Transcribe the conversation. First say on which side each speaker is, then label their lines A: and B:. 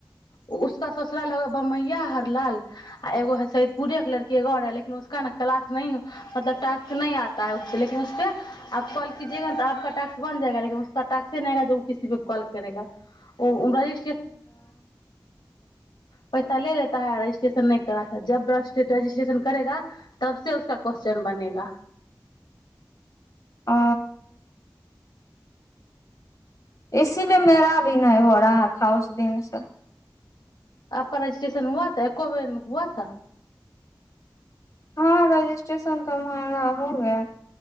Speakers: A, on the left; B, on the left.
A: उक ससुराल होगा बमैया हरलाल आ एगो है सदपुरे के लड़की एगो आर है लेकिन उसका ने क्लास नहि मतलब टास्क नहि आता ह उसपे लेकिन उसपे आप कॉल कीजएगा ने त आपक टास्क बन जाएगा लेकिन उसक टास्से नहि आगा जब ओ किसी पे कॉल करेगा ओ वहि <unintelligible> पैसा ले लता है रजिस्ट्रेशन नहि कराता है जब रजिस्ट्रेशन करेगा तब से उसका क्वस््चन बनेगा
B: ओ इसीलिए मेरा भी नहि हो रहा था उस दिन से
A: आपक रजिस्ट्रेशन हुआ था एको बेर हुआ था
B: हँ रजिस्ट्रेशन तऽ हमरा हो गया